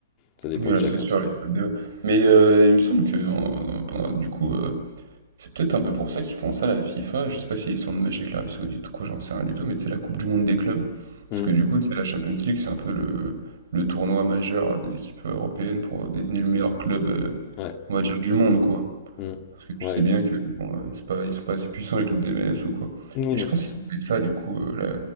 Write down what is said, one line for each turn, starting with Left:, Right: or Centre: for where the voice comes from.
Left: Ça dépend
Right: Oui, là,
Left: de chacun.
Right: c'est sûr, il y a pas de débat. Mais heu, il me semble que en en- pendant du coup, euh, C'est peut-être un peu pour ça qu'ils font ça, la FIFA. Je sais pas s'ils sont de mèche avec l'Arabie Saoudite ou quoi, j'en sais rien du tout, mais c'est la Coupe du Monde des clubs.
Left: Hmm,
Right: Parce que du coup, c'est la Champions League, c'est un peu le, le tournoi majeur des équipes européennes pour désigner le meilleur club, euh,
Left: Ouais.
Right: on va dire, du monde, quoi.
Left: hmm,
Right: Parce que tu
Left: Ouais,
Right: sais
Left: exact.
Right: bien que bon, euh, c'est pas, ils sont pas assez puissants, les clubs des MLS ou quoi.
Left: Oui,
Right: Mais
Left: non,
Right: je pense
Left: c'est
Right: qu'ils
Left: ça.
Right: ont fait ça, du coup, euh, la